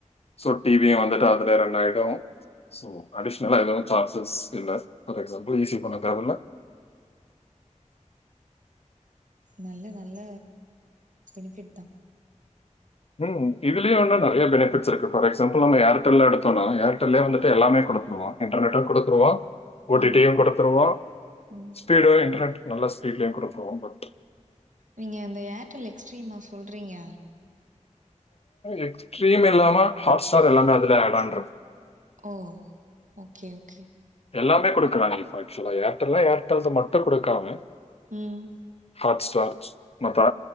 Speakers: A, on the left; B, on the right.
A: சோ டிவியும் வந்துட்டு அதுல ரன் ஆயுடு சோ அடிஷனலா எதவும் சார்ஜஸ் இல்ல பார் எக்ஸாம்பிள் ஈசி பண்ண தேவ இல்ல
B: நல்ல நல்ல பெனிஃபிட் தா
A: ம் இதுலையு வந்துட்டு நெறைய பெனிபிட்ஸ் இருக்கு ஃபார் எக்சாம்பில் நம்ம ஏர்டெல்ல எடுத்தோனா ஏர்டெல்லே வந்துட்டு எல்லாமே கொடுத்துடுவா இன்டர்நெட்டூ குடுத்துருவா ஓ
B: ம்
A: டி டி யும் கொடுத்துருவா
B: ம்
A: ஸ்பீடு இன்டர்நெட் நல்ல ஸ்பீட்லயு குடுக்கு பட்
B: நீங்க இந்த ஏர்டெல் எக்ஸ்ட்ரீமா சொல்றீங்க
A: எக்ஸ்ட்ரீம் இல்லாம ஹாட்ஸ்டார் எல்லாமே அதுல add on
B: O okay okay
A: எல்லாமே கொடுக்குறாங்க இப்ப ஆக்சுவலா ஏர்டெல்னா ஏர்டெல் மட்டு குடுக்காம
B: ம்
A: ஹாட்ஸ்டார் மத்தா